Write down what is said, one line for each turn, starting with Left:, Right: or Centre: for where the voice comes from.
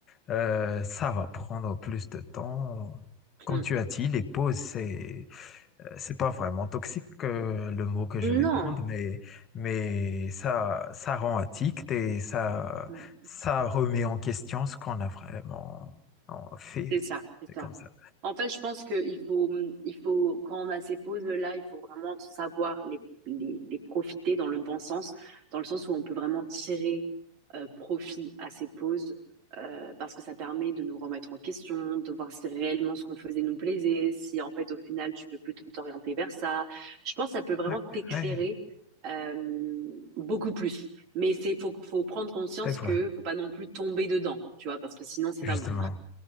Left: euh, ça va prendre plus de temps. Comme
Right: Mm.
Left: tu as dit, les pauses, c'est c'est pas vraiment toxique euh, le mot que je vais
Right: Non.
Left: prendre, mais, mais ça, ça rend addict et ça,
Right: Mmh.
Left: ça remet en question ce qu'on a vraiment en fait.
Right: C'est ça, c'est
Left: C'est
Right: ça.
Left: comme ça.
Right: En fait, je pense que il faut, il faut, quand on a ces pauses-là, il faut vraiment savoir les, les, les profiter dans le bon sens, dans le sens où on peut vraiment tirer euh, profit à ces pauses, euh, parce que ça permet de nous remettre en question, de voir si réellement ce qu'on faisait nous plaisait, si en fait au final tu veux plutôt t'orienter vers ça. Je pense que ça peut vraiment
Left: Ouais,
Right: t'éclairer
Left: ouais,
Right: euh, beaucoup plus. Mais c'est faut, faut prendre conscience
Left: c'est vrai,
Right: que faut pas non plus tomber dedans, tu vois, parce que sinon c'est
Left: justement.
Right: pas bon.